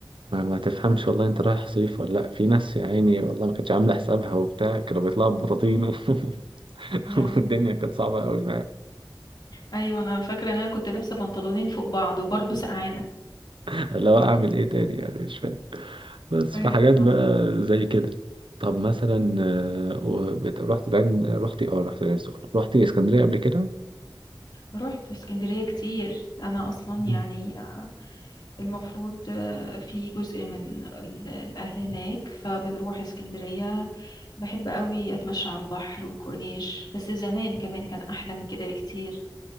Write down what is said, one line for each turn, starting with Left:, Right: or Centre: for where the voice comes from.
Right: ما, ما تفهمش والله انت رايح صيف ولا لا في ناس يا عيني والله ما كانتش عامله حسابها وبتاع كانوا بيطلعوا ببطاطين <laughs>
Left: يا الله.
Right: والدنيا كانت صعبه قوي
Left: ايوه انا فاكرة ان انا كنت لابسة بنطلونين فوق بعض وبرضه سقعانة
Right: اللي هو اعمل ايه تاني يعني مش فاهم بس
Left: ايوه
Right: في حاجات
Left: صح
Right: بقى زي كده طب مثلا آه، وبت- رحت العين رحت إيه؟ اه رحت العين السخنة رحت اسكندرية قبل كده
Left: رحت اسكندرية كتير انا اصلا يعني
Right: مم.
Left: المفروض آه، في جزء من ال- الأهل هناك فبنروح اسكندرية بحب قوي أتمشى على البحر وكورنيش بس زمان كمان كان أحلى من كده بكتير